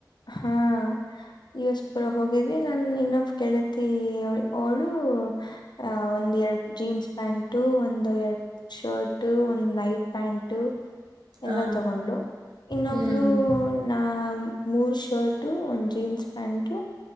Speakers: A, on the left; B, on the right.
A: ಹಾ ಯಸ್ ಪುರ ಹೋಗಿದ್ವಿ ನನ್ ಇನ್ನೊಬ್ ಗೆಳತಿ ಅವಳು ಅ ಒಂದ್ ಎರಡ್ ಜೀನ್ಸ್ ಪ್ಯಾಂಟು ಒಂದು್ ಎರಡ್ ಶರ್ಟ್ ಒಂದ್ ನೈಟ್ ಪ್ಯಾಂಟ ಎಲ್ಲಾ
B: ಹಾ
A: ತಗೊಂಡ್ಲು ಇನ್ನೊಬ್ಳ
B: ಹ್ಮ್ ಹ್ಮ್
A: ನಾ ಶರ್ಟ ಒಂದು್ ಜೀನ್ಸ್ ಪ್ಯಾಂಟು